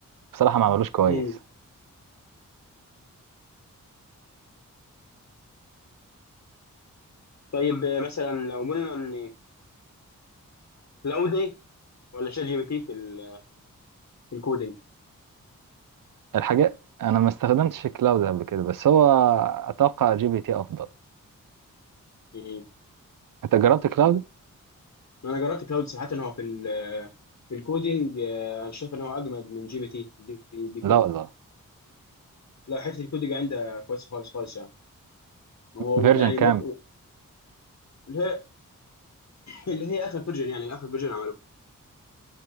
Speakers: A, on the right; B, on the left.
A: بصراحه ما عملوش كويس
B: امم طيب آه، مثلا لو قلنا ان كلاودي ولا شات جي بي تي في ال... في الكودينج
A: الحاجات انا ما استخدمتش كلاود قبل كده بس هو اتوقع جي بي تي افضل
B: امم
A: انت جربت كلاود
B: انا جربت كلاود صراحه هو في ال... في الكودينج آه، انا شايف ان هو اجمد من جي بي تي بي- بيكون
A: لا والله
B: لا حته الكودج عندها كويسه خالص خالص يعني هو
A: فيرجن
B: يعني
A: كام
B: بيبدأ اللي هي اللي هي اخر فيرجن يعني اخر فيرجن عمله